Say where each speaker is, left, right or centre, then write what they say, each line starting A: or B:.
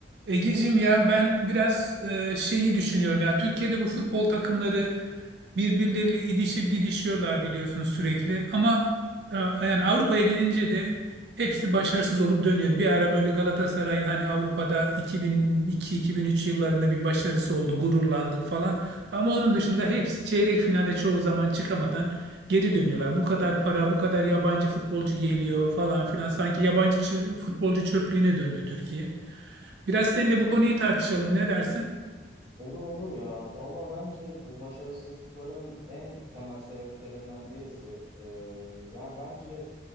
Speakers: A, on the right (about 65°); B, on the right (about 40°).
A: Egeciğim ya ben biraz e, şeyi düşünüyorum ya Türkiye'de bu futbol takımları birbirleriyle idişip didişiyorlar biliyorsun sürekli ama e, yani Avrupa'ya gidince de hepsi başarısız olup dönüyor. Bir ara böyle Galatasaray'ın hani Avrupa'da 2002-2003 yıllarında bir başarısı oldu gururlandık falan ama onun dışında hepsi çeyrek finale çoğu zaman çıkamadan geri dönüyorlar. Bu kadar para bu kadar yabancı futbolcu geliyor falan filan sanki yabancı ç- futbolcu çöplüğüne döndü Türkiye. Biraz seninle bu konuyu tartışalım. Ne dersin?
B: Olur olur ya. Valla bence bu başarısızlıkların en temel sebeplerinden birisi. e, yani bence